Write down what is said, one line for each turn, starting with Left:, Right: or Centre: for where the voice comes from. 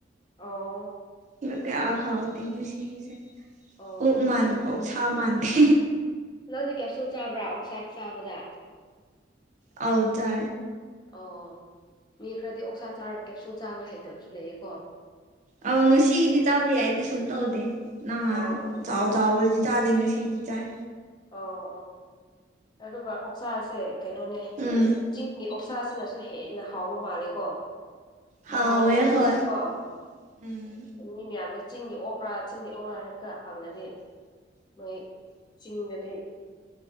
Left: ꯑꯣ
Right: ꯏ ꯃꯇ ꯑꯥ ꯍꯥꯎꯗꯦ ꯉꯅꯨꯡꯁꯤꯁꯦ
Left: ꯑꯣ
Right: ꯑꯣꯛ ꯃꯥꯟ ꯑꯣꯛ ꯁꯥ ꯃꯥꯟꯗꯦ
Left: ꯅꯪꯗꯤ ꯀꯦꯞꯁꯨꯜ ꯆꯥꯕ꯭ꯔꯥ ꯑꯣꯛꯁꯥꯏꯠ ꯆꯥꯕꯗ
Right: ꯍꯥꯎꯗ
Left: ꯑꯣ ꯃꯤ ꯈꯔꯗꯤ ꯑꯣꯛꯁꯥ ꯆꯥꯔ ꯀꯦꯞꯁꯨꯜ ꯆꯥꯕ ꯍꯩꯇꯕꯁꯨ ꯂꯩꯑꯀꯣ
Right: ꯑ ꯉꯁꯤꯒꯤꯗꯤ ꯇꯥꯕ ꯌꯥꯏ ꯀꯩꯁꯨꯝ ꯇꯧꯗꯦ ꯅꯍꯥꯟ
Left: ꯑꯧ ꯑꯧ
Right: ꯆꯥꯎ ꯆꯥꯎ ꯆꯥꯗꯦꯡꯉꯁꯤ ꯆꯥꯏ
Left: ꯑꯣ ꯑꯣ ꯑꯗꯨꯒ ꯑꯣꯛꯁꯥꯁꯦ ꯀꯩꯅꯣꯅꯦ
Right: ꯎꯝ
Left: ꯆꯤꯡꯒꯤ ꯑꯣꯛꯁꯥꯁ ꯑꯁꯤꯅꯁꯨ ꯍꯦꯟꯅ ꯍꯥꯎꯕ ꯃꯥꯜꯂꯦꯀꯣ
Right: ꯍꯥꯎꯋꯦ
Left: ꯃꯍꯥꯎꯗꯣ ꯑꯣꯏꯔꯁꯨꯀꯣ
Right: ꯍꯣꯏ ꯎꯝ
Left: ꯎ ꯃꯤ ꯃꯌꯥꯝꯗ ꯆꯤꯡꯒꯤ ꯑꯣꯛꯒ꯭ꯔꯥ ꯆꯤꯡꯒꯤ ꯑꯣꯛꯒ꯭ꯔꯥ ꯍꯥꯏꯕꯇ ꯍꯪꯅꯗꯦ ꯃꯣꯏ ꯆꯤꯡꯗꯗꯤ